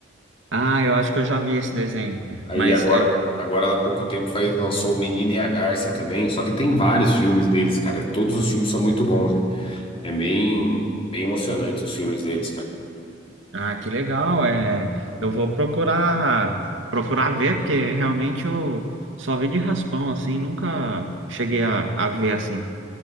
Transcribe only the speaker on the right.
Ah, eu acho que eu já vi esse desenho.
Mas
é,
ah, que legal. É, eu vou procurar procurar ver, porque realmente eu só vi de raspão, assim, nunca cheguei a, a ver assim.